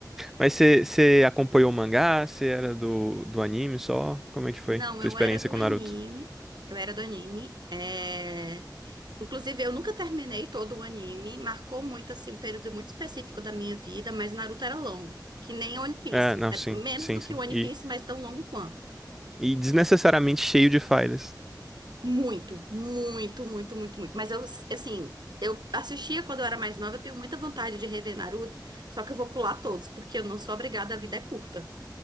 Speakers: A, in the centre; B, on the right.
A: mas você você acompanhou o mangá? Você era do, do anime só? Como é que foi
B: Não,
A: tua
B: eu
A: experiência
B: era do
A: com
B: anime.
A: Naruto?
B: Eu era do anime. É... Inclusive, eu nunca terminei todo o anime, marcou muito, assim, um período muito específico da minha vida, mas Naruto era longo, que nem One Piece,
A: É, não,
B: É
A: sim,
B: menos
A: sim,
B: do
A: sim.
B: que One
A: E,
B: Piece, mas tão longo quanto.
A: e desnecessariamente cheio de falhas.
B: Muito, muito, muito, muito, muito. Mas eu, assim, eu assistia quando eu era mais nova, eu tenho muita vontade de rever Naruto, só que eu vou pular todos, porque eu não sou obrigada, a vida é curta.